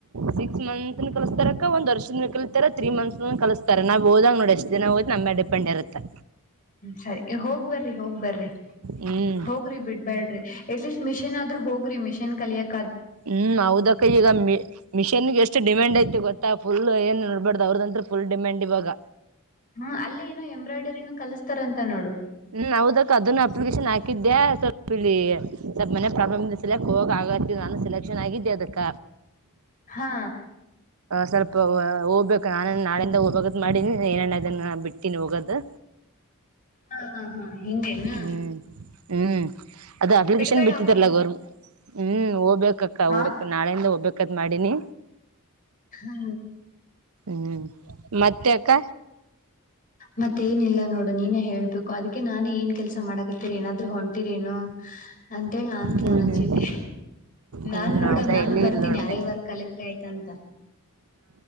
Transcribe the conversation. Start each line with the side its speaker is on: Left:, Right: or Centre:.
Right: ಸಿಕ್ಸ್ ಮಂತ್ನ್ <unintelligible> ಕಲ್ಸ್ತಾರಕ ಒಂದ್ ವರ್ಷದ ಕಳ್ಸ್ತಾರ ತ್ರೀ ಮಂತ್ಸ್ ಕಳ್ಸ್ತಾರ್ <unintelligible> ಅಷ್ಟ್ ದಿನ ಒಯ್ದ <unintelligible> ನಮ್ಮ್ಯ ಡಿಪೆಂಡ್ ಇರುತ್ತೆ
Left: ಸರಿ ಹೋಗ್ ಬರ್ರಿ ಹೋಗ್ ಬರ್ರಿ
Right: ಹ್ಮ್
Left: ಹೋಗ್ರಿ ಬಿಡ್ಬೇಡ್ರಿ ಎಟ್ಲೀಸ್ಟ್ <unintelligible> ಮಿಷಿನ್ ಆದ್ರೂ ಹೋಗ ಗ್ರಿಮಿಷನ್ ಕಲಿಯಕ್ಕ
Right: ಹ್ಮ್ ಹೌದಕ್ಕ ಈಗ ಮಿ ಮಿಷೀನ್ಗೆ ಎಷ್ಟು ಡಿಮ್ಯಾಂಡ್ ಯತಿ ಗೊತ್ತಾ ಫುಲ್ <unintelligible> ಏನ್ ನೋಡ್ಬಾರ್ದ ಅವ್ರದಂತ್ರ ಫುಲ್ ಡಿಮ್ಯಾಂಡ್ ಇವಾಗ
Left: ಹ್ಮ ಅಲ್ಲೇ ಏನೋ ಎಂಬ್ರಾಯ್ಡರಿನೂ ಕಲಸ್ತಾರಂತ ನೋಡು
Right: ಹ್ಮ್ ಹೌದಕ್ಕ ಅದನ್ನು ಅಪ್ಲಿಕೇಶನ್ ಹಾಕಿದ್ದೆ ಸ್ವಲ್ಪ ಇಲ್ಲಿ ಸ್ವಲ್ಪ ಮನೆ ಪ್ರಾಬ್ಲಮ್ <unintelligible> ನಾನು ಸೆಲೆಕ್ಷನ್ ಆಗಿದ ಅದಕ್ಕ
Left: ಹಾ
Right: ಸ್ವಲ್ಪ ಹೋಗ್ಬೇಕು ನಾನ ನಾಳಿಂದ ಹೋಗದ ಮಾಡಿನಿ <unintelligible> ಏನೇನ ಅದನ್ನು ಬಿಡ್ತೀನಿ ಹೋಗೋದು
Left: ಹಾ ಹಾ ಹಾ ಹಿಂಗೇನಾ
Right: ಹ್ಮ್ ಹ್ಮ್ ಅದು ಅಪ್ಲಿಕೇಶನ್
Left: ಬಿಡ್ಬೇಡ
Right: ಬಿಟ್ಟಿದಾರಲ್ಲ
Left: ಹೋಗ್ರಿ
Right: ಗೌರ್ ಹ್ಮ್ ಹೋಗ್ಬೇಕಕ್ಕ <unintelligible>
Left: ಹಾ
Right: ಹೋಗ್ ನಾಳೆಯಿಂದ ಹೋಗ್ಬೇಕ <unintelligible> ಮಾಡಿನಿ
Left: ಹಾ
Right: ಹ್ಮ್ ಮತ್ತೆ ಅಕ್ಕ
Left: ಮತ್ತ ಏನಿಲ್ಲ ನೋಡು ನೀನೇ ಹೇಳ್ಬೇಕು ಅದಕ್ಕೆ ನಾನೇ ಏನ್ ಕೆಲ್ಸ ಮಾಡಕತ್ತೀರ ಏನಾದ್ರೂ ಹೊಂಟಿರೇನು ಅ ಮೇಳ ನಾನ್ ಫೋನ್
Right: ಹ್ಮ್
Left: ಹಚ್ಚಿದ್ದೆ
Right: ಹ್ಮ್
Left: ನಾನು
Right: ಹ್ಮ್
Left: ನೋಡಮ
Right: ಹೌದಾ
Left: ನಾನು
Right: ಎಲ್ಲಿ
Left: ಬರ್ತೀನಿ
Right: ಇಲ್ಲ ನೋಡನೆ
Left: ಯಾರೇ ವರ್ಕ್ ಕಲಿದ್ರೆ ಆಯ್ತಂತ